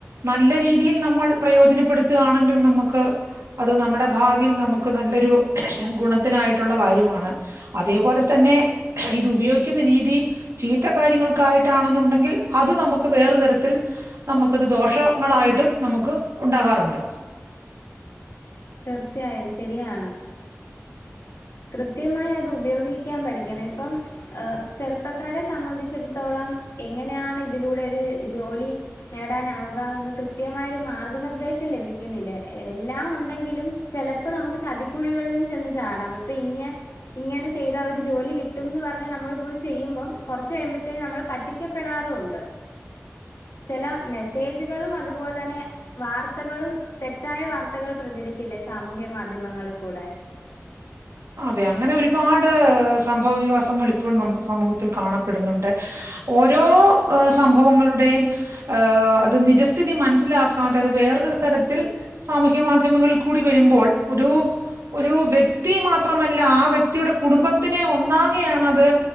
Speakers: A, on the right (about 75°); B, on the left (about 80°).
A: നല്ല രീതിയിൽ നമ്മൾ പ്രയോജനപ്പെടുത്തുയാണെങ്കിൽ നമ്മെക്ക്. അത് നമ്മുടെ ഭാവിയിൽ നമ്മെക്ക് നല്ലൊരു ഗുണത്തിനായിട്ടൊള്ള കാര്യമാണ്. അതേപോലെ തന്നെ ഇത് ഉപയോഗിക്കുന്ന രീതി. ചീത്ത കാര്യങ്ങൾക്കായിട്ടാണെന്നുണ്ടെങ്കിൽ അത് നമുക്ക് വേറു തരത്തിൽ. നമ്മെക്കത് ദോഷങ്ങളായിട്ടും നമ്മെക്ക് ഉണ്ടാകാറുണ്ട്.
B: തീർച്ചയായും ശെരിയാണ്. കൃത്യമായി അത് ഉപയോഗിക്കാൻ പഠിക്കണം. ഇപ്പം. ഏഹ് ചെറുപ്പക്കാരെ സംബന്ധിച്ചിടത്തോളം എങ്ങനെയാണ് ഇതിലൂടെ ഒരു ജോലി നേടാനാവുക എന്നൊന്ന് കൃത്യമായ ഒരു മാർഗനിർദ്ദേശം ലഭിക്കുന്നില്ലേ. എ എല്ലാം ഉണ്ടെങ്കിലും. ചെലപ്പം നമ്മെക്ക് ചതിക്കുഴികളിലും ചെന്ന് ചാടാം. ഇപ്പ ഇങ്ങെ ഇങ്ങനെ ചെയ്താ ഒരു ജോലി കിട്ടും ന്ന് പറഞ്ഞ് നമ്മള് പോയി ചെയ്യുമ്പം, കൊറെച്ച് കഴിയുമ്പഴത്തേന് നമ്മെള് പറ്റിക്കപ്പെടാറുണ്ട്. ചെല മെസ്സേജുകളും അതുപോലെന്നെ. വാർത്തകളും, തെറ്റായ വാർത്തകൾ പ്രചരിക്കില്ലേ സാമൂഹ്യ മാധ്യമങ്ങളിൽ കൂടെ.
A: അതെ അങ്ങനെ ഒരുപാട് സംഭവ വിയകാസങ്ങൾ ഇപ്പോൾ നമുക്ക് സമൂഹത്തിൽ കാണപ്പെടുന്നുണ്ട്. ഓരോ ഏഹ് സംഭവങ്ങളുടെയും ഏഹ് അത് നിജസ്ഥിതി മനസ്സിലാക്കാതത് വേറൊരു തരത്തിൽ. സാമൂഹ്യ മാധ്യമങ്ങളിൽ കൂടി വെരുമ്പോൾ ഒരു ഒരു വ്യക്തി മാ ത്രമല്ല ആ വ്യക്തിയുടെ കുടുംബത്തിനെ ഒന്നാകെയാണത്.